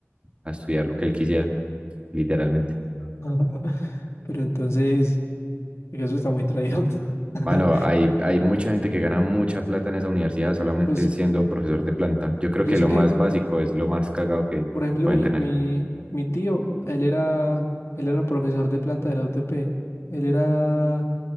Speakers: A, on the right; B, on the left.
A: a estudiar lo que él quisiera, literalmente.
B: <laughs> Pero entonces, oiga, eso está muy tryhard. <laughs>
A: Mano, hay, hay mucha gente que gana mucha plata en esa universidad solamente
B: Pues
A: siendo profesor de planta. Yo creo
B: yo
A: que
B: sé
A: lo
B: que
A: más básico es lo más cagado que
B: Por ejemplo,
A: pueden
B: mi,
A: tener.
B: mi, mi tío, él era, él era profesor de planta de la UTP. Él era